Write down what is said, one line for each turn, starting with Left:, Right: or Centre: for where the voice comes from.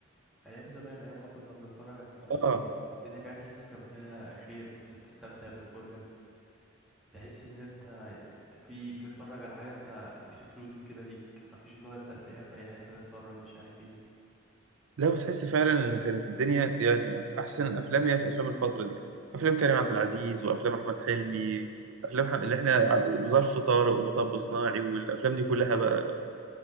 Centre: ايام زمان ايام ما كنا بنتفرج على التلفزيون
Right: اه
Centre: الدنيا كانت تحس كان فيها خير كنت بتستمتع بالفرجة تحس ان انت في بتتفرج على حاجة انت اكسكلوزيف كده ليك مفيش اللي هو انت تلاقيها في اي حتة تتفرج مش عارف ايه
Right: لا بتحس فعلا ان كانت الدنيا يعني احسن الافلام هي في افلام الفتره دي افلام كريم عبد العزيز وافلام احمد حلمي افلام ح- اللي احنا ع- ظرف طارق ومطب صناعي والافلام دي كلها بقى